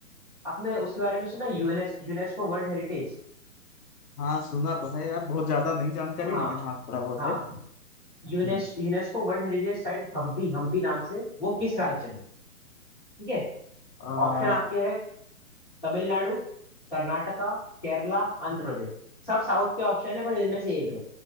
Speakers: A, on the left; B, on the left.
A: आपने उसके बारे में सुना यूनेस यूनेस्को वर्ल्ड हेरिटेज
B: हाँ सुना तो है यार बहुत ज्यादा नहीं जानकारी
A: हाँ
B: है, लेकिन हाँ थोड़ा बहुत
A: हाँ
B: है
A: यूनेस
B: हम्म
A: UNESCO world heritage site Hampi Hampi नाम से वो किस राज्य में ठीक है
B: आ,
A: ऑप्शन आपके हैं तमिलनाडु कर्नाटका केरला आंध्र प्रदेश सब साउथ के ऑप्शन है पर इनमें से एक है